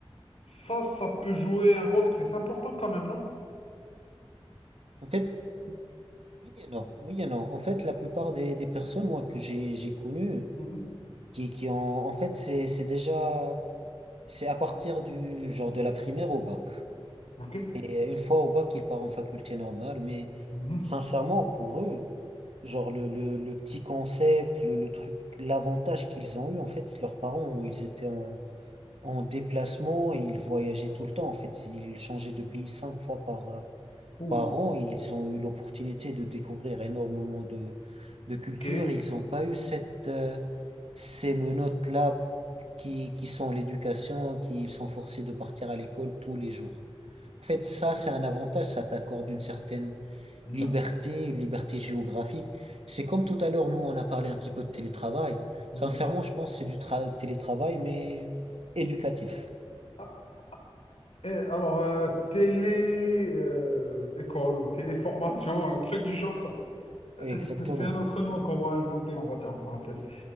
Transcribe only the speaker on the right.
En fait, oui et non. Oui et non. En fait, la plupart des, des personnes, moi, que j'ai, j'ai connues,
qui, qui ont, en fait, c'est, c'est déjà, c'est à partir du, genre, de la primaire au bac.
Et une fois au bac, ils partent en faculté normale, mais
sincèrement, pour eux, genre, le, le, le petit concept, le, le truc, l'avantage qu'ils ont eu, en fait, leurs parents, ils étaient en en déplacement et ils voyageaient tout le temps. En fait, ils changeaient de pays cinq fois par, euh,
par an et ils ont eu l'opportunité de découvrir énormément de, de cultures.
Ils n'ont pas eu cette, euh, ces menottes-là qui, qui sont l'éducation, qui ils sont forcés de partir à l'école tous les jours. En fait, ça, c'est un avantage, ça t'accorde une certaine
liberté, une liberté géographique. C'est comme tout à l'heure, nous, on a parlé un petit peu de télétravail.
Sincèrement, je pense que c'est du tra- télétravail, mais éducatif.
Exactement.